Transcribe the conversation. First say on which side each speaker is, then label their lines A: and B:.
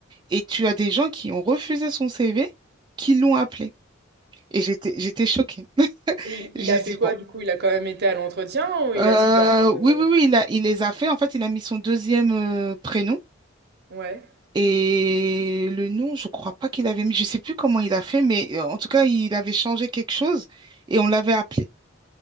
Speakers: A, on the right; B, on the right.
A: Et tu as des gens qui ont refusé son CV, qui l'ont appelé. Et j'étais, j'étais choquée. <laughs>
B: Il il
A: J'ai
B: a fait
A: dit,
B: quoi
A: bon,
B: du coup? Il a quand même été à l'entretien ou il
A: euh,
B: a dit bah euh,
A: oui, oui, oui, il a- il les a fait. En fait, il a mis son deuxième euh, prénom.
B: ouais,
A: Et le nom, je crois pas qu'il avait mis, je sais plus comment il a fait, mais euh, en tout cas, il avait changé quelque chose et on l'avait appelé.